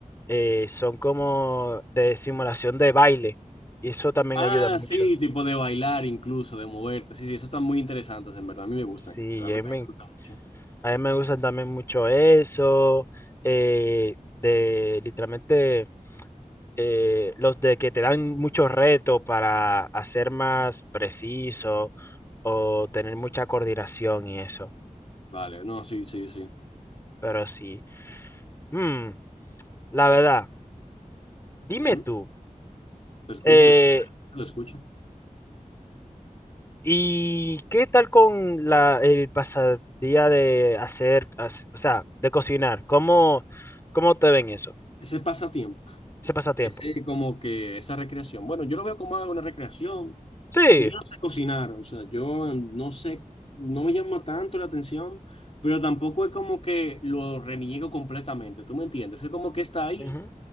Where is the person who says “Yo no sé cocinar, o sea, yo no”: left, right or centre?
Left